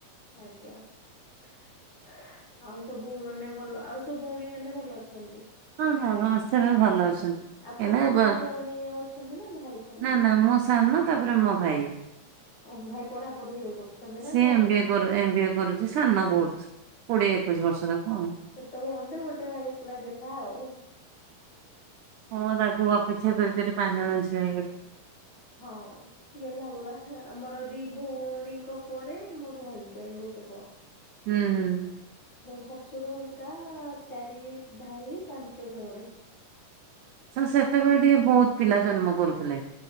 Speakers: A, on the left; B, on the right.
A: ଆଜ୍ଞା! ହେ ଆଉ ସବୁ ମାନେ ଭଲ ଆଉ ସ ତୋ ଭୋଉଣୀ ମାନେ ଭଲ ଅଛନ୍ତି।
B: ହଁ ହଁ ହଁ ସେମାନେ ଭଲ ଅଛନ୍ତି।
A: ଆପଣଙ୍କ
B: ଗେଲ୍ହା ହେବ
A: ତଳେ ଭଉଣୀ ଅଛନ୍ତି ନା ଭାଇ ଖାଲି
B: ନା
A: ଜଣେ?
B: ନା ମୁଁ ସାନ ତାପରେ ମୋ ଭାଇ।
A: ଓହୋ ଭାଇ ପଢାପଢି ଏବେ କରୁଛନ୍ତି ନା
B: ସିଏ
A: ଜବ୍
B: ଏମ୍
A: କରୁଛନ୍ତି?
B: ବି ଏ କରୁ ଏମ୍ ବି ଏ କରୁଛି ସାନ ବହୁତ୍। କୋଡି଼ଏ ଏକୋଇଶ ବର୍ଷ ତାକୁ ଆଉ।
A: ତମ ଅଣ୍ଡେ ଗୋଟେ ଭାଇ ପୁରା ଗେଲ୍ହା ଆଉ।
B: ହଁ ତାକୁ ଅପେକ୍ଷା କରିକରି ପାଆଁ ଜଣ ଝିଅ ହେଇଗଲେ।
A: ହଁ ଗେଲ୍ହା ପୁରା ହଁ ଆମର ଦି ଭଉଣୀଙ୍କ ପରେ ମୋର ହଜବେଣ୍ଟ ଗୋଟେ ପୁଅ।
B: ହୁଁ ହୁଁ।
A: ମୋର ଶଶୁର ଘରିକା ଚାରି ଭାଇ ପାଞ୍ଚ ଭଉଣୀ।
B: ହଁ ସେତେବେଳେ ଟିକେ ବହୁତ୍ ପିଲା ଜନ୍ମ କରୁଥିଲେ।